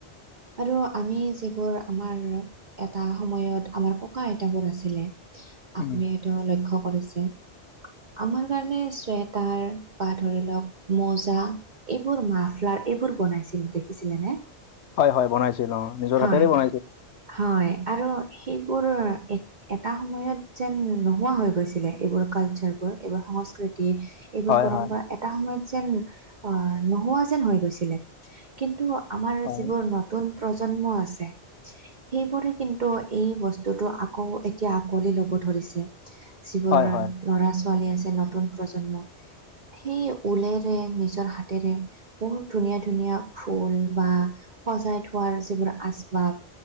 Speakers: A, on the right; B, on the left.
A: আৰু আমি যিবোৰ আমাৰ এটা সময়ত আমাৰ ককা আইতাবোৰ আছিলে
B: উম,
A: আপুনি সেটো লক্ষ্য কৰিছে। আমাৰ কাৰণে চুৱেটাৰ বা ধৰি লওঁক মুজা এইবোৰ মাফলাৰ এইবোৰ বনাইছিল দেখিছিলে নে?
B: হয় হয় বনাইছিল অ নিজৰ
A: হয়
B: হাতেৰে বনাইছিল।
A: হয় আৰু সেইবোৰ এটা সময়ত যেন নোহোৱা হৈ গৈছিলে এইবোৰ কালচাৰ। এইবাৰ সংস্কৃতি এইবোৰ
B: হয়,
A: পৰম্পৰা।
B: হয়,
A: এটা সময়ত যেন অ নোহোৱা যেন হৈ গৈছিলে। কিন্তু আমাৰ
B: হয়।
A: যিবোৰ নতুন প্ৰজন্ম আছে সেইবোৰে কিন্তু এই বস্তুতটো আকৌ এতিয়া আকোৱালি ল'ব ধৰিছে। যিবোৰ
B: হয় হয়
A: ল'ৰা ছোৱালী আছে নতুন প্ৰজন্ম সেই ঊলেৰে নিজৰ হাতেৰে বহুত ধুনীয়া ধুনীয়া ফুল বা সজাই থোৱাৰ যিবোৰ আচবাব,